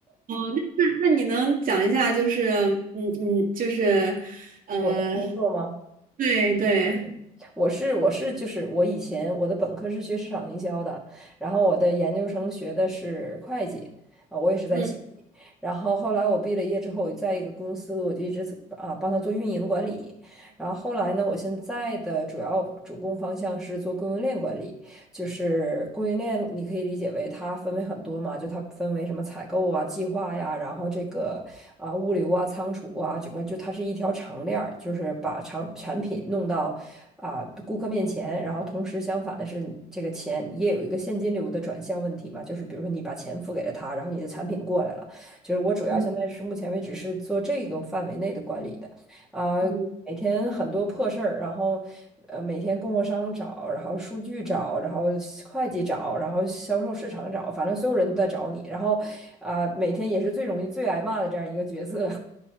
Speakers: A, on the right; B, in the centre.
A: 哦，那那那你能讲一下，就是嗯嗯，就是呃，
B: 我的工作吗？
A: 对对，
B: 嗯我是我是就是我以前我的本科是学市场营销的，然后我的研究生学的是会计，啊，我也是在西体。
A: 嗯
B: 然后后来我毕了业之后，我在一个公司我就一直啊帮他做运营管理。然后后来呢，我现在的主要主攻方向是做供应链管理。就是供应链，你可以理解为它分为很多嘛，就它分为什么采购啊、计划呀，然后这个啊、物流啊、仓储啊，整个就它是一条长链儿，就是把长产品弄到啊、顾客面前，然后同时相反的是，这个钱也有一个现金流的转向问题嘛，就是比如说你把钱付给了他，然后你的产品过来了，就是我主要现在是目前为止是做这个范围内的管理的。
A: 嗯
B: 啊，
A: 嗯
B: 每天很多破事儿，然后呃，每天供货商找，然后数据找，然后会计找，然后销售市场找，反正所有人都在找你，然后啊、每天也是最容易最挨骂的这样一个角色。